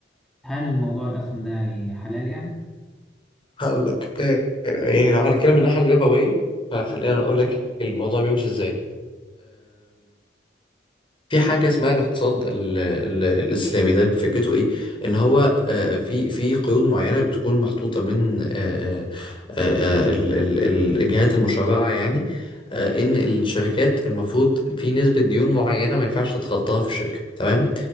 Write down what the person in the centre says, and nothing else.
فهل موضوع الاسهم ده يعني حلال يعني